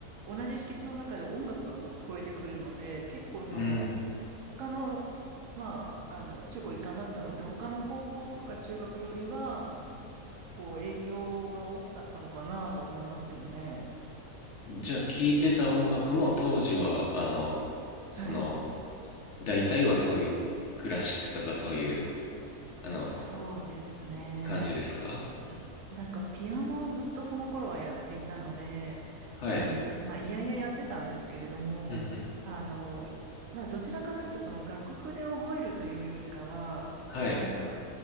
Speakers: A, on the right; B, on the left.
A: う、同じ敷地の中で音楽がこう聞こえてくるので、結構その、
B: うん。
A: 他の、まあ、あの、中高一貫だったので、他の高校とか中学よりは、こう、影響が大きかったのかなとは思いますけどね。
B: じゃあ、聞いてた音楽も当時は、あの、その、
A: はい。
B: 大体はそういうクラシックとかそういう、あの、
A: そうですね。
B: 感じですかうん
A: なんかピアノをずっとその頃はやっていたので、
B: はい。
A: あの、い、まあ、いやいややってたんですけれども、
B: ふんふん
A: あの、などちらかというとその楽譜で覚えるというよりかは、こうなんか
B: はい。